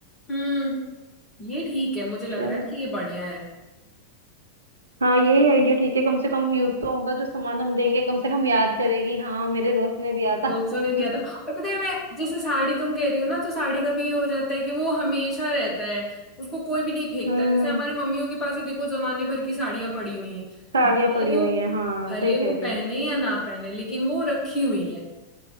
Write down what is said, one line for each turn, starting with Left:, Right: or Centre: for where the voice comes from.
Left: हम्म ये ठीक है मुझे लग
Right: चलो
Left: रहा है कि ये बढ़िया है
Right: हाँ यही आइडिया ठीक है कम से कम यूज तो होगा जो सामान हम देंगे कम से कम याद करेगी हाँ मेरे दोस्त ने दिया
Left: दोस्तों
Right: था
Left: ने
Right: <laughs>
Left: दिया था और पता है मैं जैसे साड़ी तुम कह रही हो ना तो साड़ी का भी ये हो जाता है कि वो हमेशा रहता है उसको कोई भी नहीं फेंकता
Right: हम्म
Left: जैसे हमारी मम्मियों के पास ही देखो जमाने भर की साड़ियां पड़ी हुई हैं
Right: साड़ियाँ
Left: भले
Right: पड़ी
Left: वो
Right: हुई हैं हाँ
Left: भले
Right: सही कह
Left: वो
Right: रही
Left: पहने
Right: हो
Left: या ना पहने लेकिन वो रखी हुई है